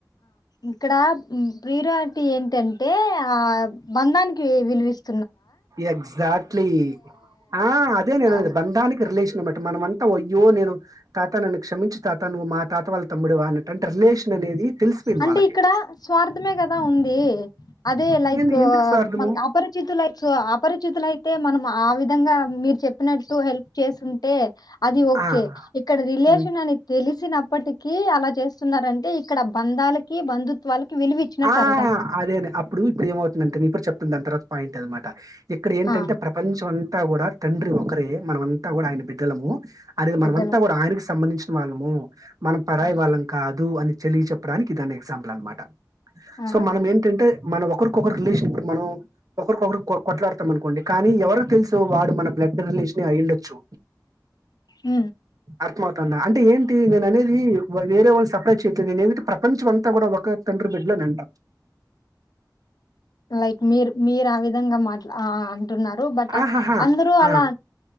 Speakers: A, on the left (about 65°); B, on the right (about 55°).
A: ఇక్కడ ప్రిరా టి ఏంటంటే ఆ బంధానికి విలువిస్త
B: ఎగజాక్ట్లీ ఆ అదే నేనది
A: ఆ
B: బంధానికి రిలేషన్ అనన్నమాటటి మనంతా త అయ్యో నేను తాత నన్ను క్షమించు తాత నువ్వు మా తాత వాళ్ళ తమ్ముడువా అన్నట్టు అంటే రిలేషన్ అనేది తెలిసిపోయింది
A: అంటే
B: వాళ్ళకి
A: ఇక్కడ స్వార్థమే కదా ఉంది అదే లైక్
B: ఎందు ఎందుకు స్వార్థము
A: మన అపరిచితులై సో అపరిచితుల అయితే మనం ఆ విధంగా మీరు చెప్పినట్టు హెల్ప్ చేస్తుంటే అది ఓకే
B: ఆ
A: ఇక్కడ రిలేషన్
B: హ్మ్
A: అని తెలిసి వచ్చినప్పటిక అలా చేస్తున్నంటే ఇక్కడ బంధాలకి బంధుత్వాలకి విలువ ఇచ్చినట్టు
B: ఆ
A: అర్థం
B: అదే అనే అప్పుడు ఇప్పుడు ఏమవుతుంది అంటే న ఇప్పుడు చెప్తుంది దా తర్వాత పాయింట్ అనమాట ఇక్కడ ఏంటంటే
A: ఆ
B: ప్రపంచం అంతా కూడా తండ్రి ఒకరే మనమంతా కూడా ఆయన బిడ్డలము అనేది మనమంతా
A: బిడ్డలు
B: కూడా ఆయనకి సంబంధించిన వాళ్ళము మనం పరాయి
A: ఉమ్.
B: వాళ్ళం కాదు అని తెలియ చెప్పడానికి ఇదాన్న ఎగ్జాంపుల్ అనమాట
A: ఆహా
B: సో మనం ఏంటంటే మనం ఒక ఒకరికొకరు రిలేషన్ ఇప్పుడు మనం ఒకరికొకరు కొట్లాడతాం అనుకోండి కానీ ఎవరు తెలుసు వాడు మన బ్లడ్ రిలేషన్ అయి ఉండొచ్చు
A: హ
B: అర్థమవుతుందా అంటే ఏంటి నేన అనేది వేరే వాళ్ళని సపరేట్ చేయట్లేదు నేనెంటంటే ప్రపంచం అంతా కూడా ఒక తండ్రి బిడ్డ ఇలా నంట
A: లైక్ మీరు మీరు ఆ విధంగా మాట్లా అంటున్నారు బట్
B: ఆహాహా
A: అందరు అలా
B: ఆ